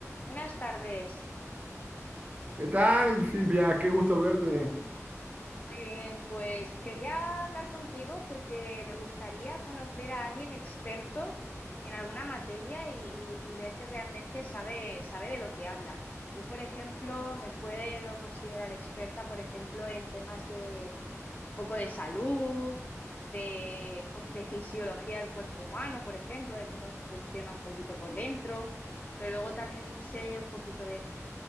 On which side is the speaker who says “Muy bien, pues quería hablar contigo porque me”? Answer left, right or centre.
Left